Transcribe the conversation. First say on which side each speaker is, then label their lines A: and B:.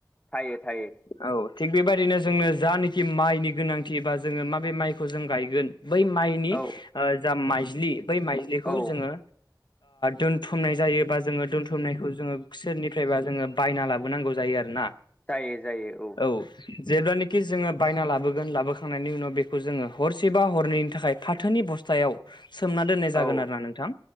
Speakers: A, on the left (about 20°); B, on the left (about 75°).
A: थायो थायो।
B: औ थिग बेबायदिनो जोंनो जानखि माइनि गोनांथिबा जोङो माबे माइखौ जों गायगोन बै माइनि
A: औ
B: ओ जा माइज्लि बै माइज्लिखौ
A: औ
B: जोङो दोनथुमनाय जायोबा जोङो दोनथुमनायखौ जोङो सोरनिफ्रायबा जोङो बायना लाबोनांगौ जायो आर ना
A: जायो जायो औ
B: औ जेब्लानोाखि जोङो बायना लाबोगोन लाबोखांनायनि उनाव बेखौ जोङो हरसेबा हरनैनि थाखाय फाथोनि बस्थायाव सोमना दोननाय जागोन
A: औ
B: आरो ना नोंथां